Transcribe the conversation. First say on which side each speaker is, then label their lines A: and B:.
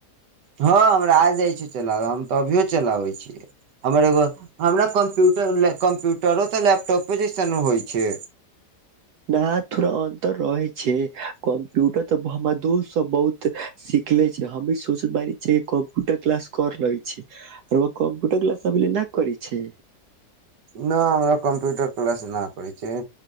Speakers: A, on the right; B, on the right.
A: हँ हमरा आ जाइ छैय चलाबै हम तऽ अभियो चलाबै छियै हमर एगो हमरा कम्प्यूटरै कम्प्यूटरो तऽ लैपटॉपो जैस न होइ छैय।
B: न थोरा अन्तर रहय छैय कम्प्यूटर त हमर दोस्त सब बहुत सिखले छैय हमी सोचारी छियै कम्प्यूटर क्लास कर रहले छीर कम्प्यूटर क्लास अभे ले नहि करे छै
A: न हमरा कम्प्यूटर क्लास न आबइ छैय।